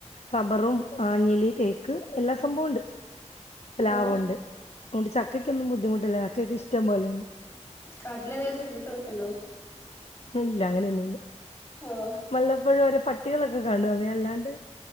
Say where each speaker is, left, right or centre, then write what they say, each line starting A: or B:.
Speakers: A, on the left; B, on the left.
A: റബ്ബറും ആഞ്ഞല് തേക്ക് എല്ലാ സംഭവുണ്ട് പ്ലാവുമുണ്ട്
B: ഓഹ്
A: അതുകൊണ്ട് ചക്കൊന്നും ബുദ്ധിമുട്ടില്ല ചക്കെ ഇഷ്ടം പോലെ ഉണ്ട്
B: കാട്ടിൽ വേറെ ജന്തുക്കളൊക്കെ ഉണ്ടാ
A: ഇല്ല അങ്ങനെയൊന്നുംല്ല
B: ഉം
A: വല്ലപ്പോഴും ഒരോ പട്ടികളൊക്കെ കാണും അതേ അല്ലാണ്ട്